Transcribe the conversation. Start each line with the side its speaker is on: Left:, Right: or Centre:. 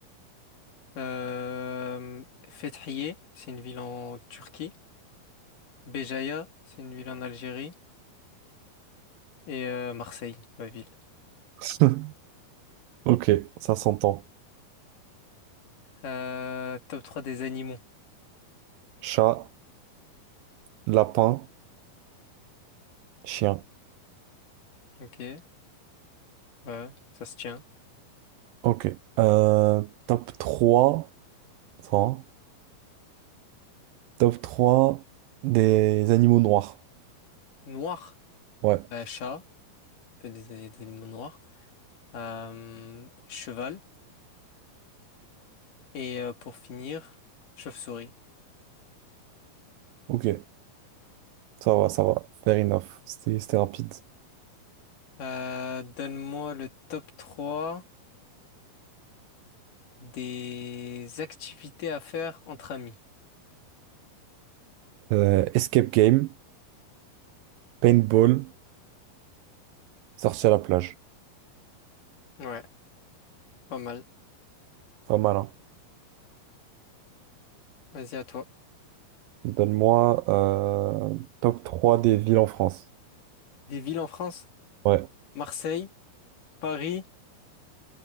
Left: Euh, Fethiye, c'est une ville en Turquie. Béjaïa, c'est une ville en Algérie. Et euh, Marseille, ma ville.
Right: <laughs> Ok, ça s'entend.
Left: Euh, top 3 des animaux.
Right: Chat, lapin, chien.
Left: Ok, ouais, ça se tient.
Right: Ok. Euh, top 3. Attends. Top trois des animaux noirs.
Left: Noir,
Right: Ouais,
Left: bah, chat, un peu des, des animaux noirs. Euh, cheval. Et euh, pour finir, chauve-souris.
Right: ok. Ça va, ça va. Fair enough. C'était c'était rapide.
Left: Euh, donne-moi le top 3 des activités à faire entre amis.
Right: Euh, escape game, paintball, sortie à la plage.
Left: Ouais, pas mal.
Right: Pas mal, hein.
Left: Vas-y à toi.
Right: Donne-moi euh, top 3 des villes en France.
Left: Des villes en France?
Right: Ouais.
Left: Marseille. Paris